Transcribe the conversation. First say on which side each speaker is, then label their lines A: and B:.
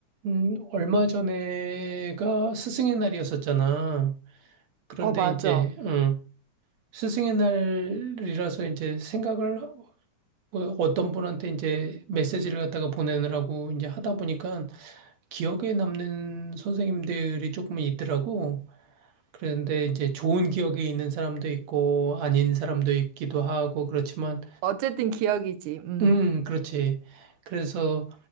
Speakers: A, on the right; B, on the right.
A: 음, 얼마 전에가 스승의 날이었었잖아. 그런데
B: 어, 맞아.
A: 이제, 음, 스승의 날이라서 이제 생각을 어, 어떤 분한테 이제 메시지를 갖다가 보내느라고 이제 하다 보니까 기억에 남는 선생님들이 조금은 있더라고. 그런데 이제 좋은 기억이 있는 사람도 있고 아닌 사람도 있기도 하고 그렇지만,
B: 어쨌든 기억이지. 음.
A: 음, 그렇지. 그래서